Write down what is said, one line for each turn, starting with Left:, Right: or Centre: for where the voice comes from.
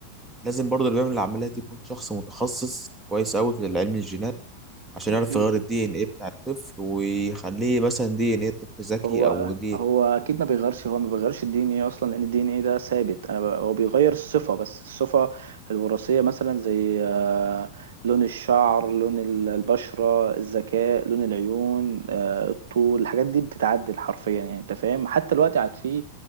Centre: لازم برضه اللي بيعمل العملية دي يكون شخص متخصص كويس أوي في علم الجينات عشان
Right: أكيد
Centre: يعرف يغير الدي إن إيه بتاع الطفل ويخليه مثلا دي إن إيه طفل ذكي
Right: هو
Centre: أو دي
Right: هو اكيد ما بيغيرش هو ما بيغيرش الدي ان ايه اصلا لان الدي ان ايه ده ثابت انا ب... هو بيغير الصفه بس الصفه الوراثيه مثلا زي آه، لون الشعر لون ال- البشره الذكاء لون العيون آه، الطول الحاجات دي بتتعدل حرفيا يعني انت فاهم حتى الوقت عاد فيه